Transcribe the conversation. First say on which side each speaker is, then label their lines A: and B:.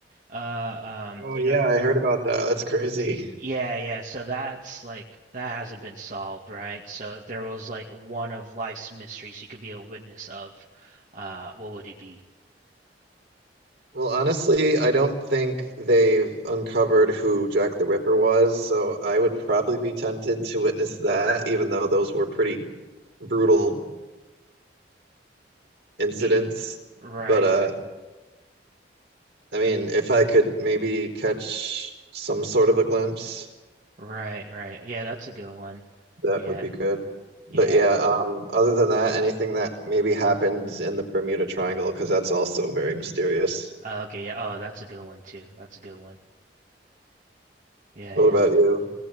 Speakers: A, on the right; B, on the right.
A: Uh, um,
B: Oh
A: you
B: yeah,
A: know,
B: I heard about that. That's crazy.
A: yeah, yeah. So that's like that hasn't been solved, right? So if there was like one of life's mysteries, you could be a witness of, uh, what would it be?
B: Well, honestly, I don't think they've uncovered who Jack the Ripper was, so I would probably be tempted to witness that, even though those were pretty brutal incidents.
A: You, right,
B: But uh,
A: right,
B: I mean, if I could maybe catch some sort of a glimpse,
A: right, right. Yeah, that's a good one.
B: that
A: Yeah,
B: would be good. But
A: yeah.
B: yeah, um, other than that, anything that maybe happens in the Bermuda Triangle, because that's also very mysterious.
A: Uh, okay, yeah. Oh, that's a good one too. That's a good one. Yeah,
B: What
A: yeah.
B: about you?